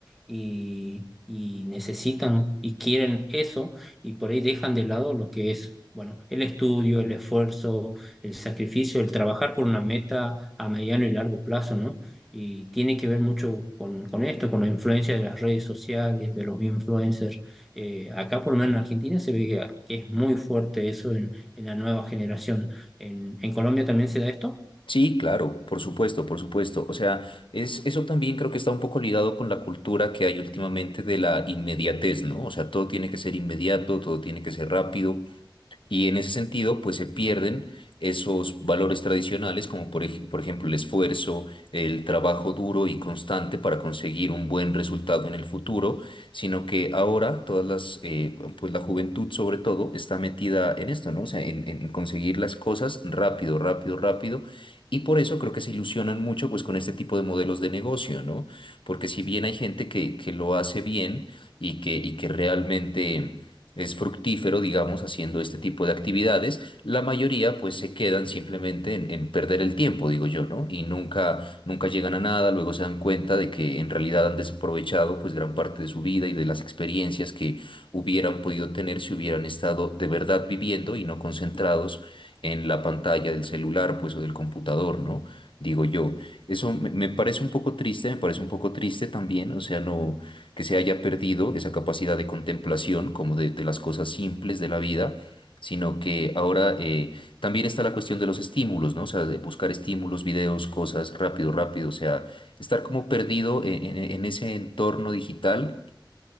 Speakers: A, in the centre; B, on the left.
A: y, y necesitan y quieren eso, y por ahí dejan de lado lo que es, bueno, el estudio, el esfuerzo, el sacrificio, el trabajar por una meta a mediano y largo plazo, ¿no? Y tiene que ver mucho con, con esto, con la influencia de las redes sociales, de los influencers. Eh, acá, por lo menos en Argentina, se ve que, que es muy fuerte eso en, en la nueva generación. ¿En, en Colombia también se da esto?
B: Sí, claro, por supuesto, por supuesto. O sea, es, eso también creo que está un poco ligado con la cultura que hay últimamente de la inmediatez, ¿no? O sea, todo tiene que ser inmediato, todo tiene que ser rápido. Y en ese sentido, pues se pierden esos valores tradicionales, como por, ej- por ejemplo el esfuerzo, el trabajo duro y constante para conseguir un buen resultado en el futuro, sino que ahora todas las, eh, pues la juventud sobre todo está metida en esto, ¿no? O sea, en, en en conseguir las cosas rápido, rápido, rápido. Y por eso creo que se ilusionan mucho pues con este tipo de modelos de negocio, ¿no? Porque si bien hay gente que, que lo hace bien y que, y que realmente es fructífero, digamos, haciendo este tipo de actividades, la mayoría pues se quedan simplemente en, en perder el tiempo, digo yo, ¿no? Y nunca, nunca llegan a nada, luego se dan cuenta de que en realidad han desaprovechado pues gran parte de su vida y de las experiencias que hubieran podido tener si hubieran estado de verdad viviendo y no concentrados en la pantalla del celular pues o del computador, ¿no? Digo yo, eso me me parece un poco triste, me parece un poco triste también, o sea, no, que se haya perdido esa capacidad de contemplación como de, de las cosas simples de la vida, sino que ahora eh, también está la cuestión de los estímulos, ¿no? O sea, de buscar estímulos, videos, cosas rápido, rápido, o sea, estar como perdido en, en- en ese entorno digital